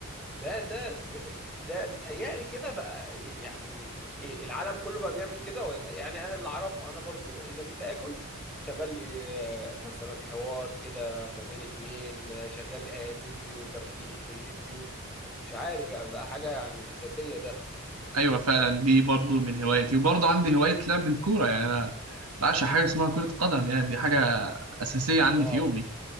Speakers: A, in the centre; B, on the right.
A: ده ده ده, ده بيتهيألي كده بقى يعني ايه العالم كله بقى بيعمل كده ولا يعني انا اللي اعرفه انا برضو اذا جيت اكل شغال لي آه، مثلا حوار كده ما بين اتنين آه، شغال لي هي- فيديو ترفيهي في اليوتيوب مش عارف يعني بقى حاجة يعني أساسية ده
B: ايوه فعلا دي برضو من هوايتي وبرضو عندي هوايه لعب الكوره يعني انا بعشق حاجه اسمها كره قدم يعني دي حاجه اساسيه عندي
A: واو
B: في يومي